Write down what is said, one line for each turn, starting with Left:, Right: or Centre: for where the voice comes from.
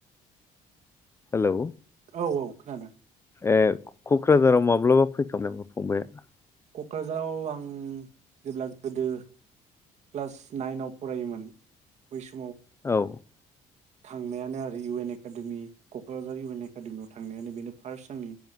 Left: हेलौ
Right: औ औ खोनादों
Left: ए कक्राझाराव माब्लाबा फैखांबाय नामा फंबाइया
Right: कक्राझाराव आं जेब्ला गोदो क्लास नाइनाव फरायोमोन बै स
Left: औ
Right: थांनायानो आरो U N academy Kokrajhar U N एकाडेमियाव थांनायानो बेनो फार्स्ट आंनि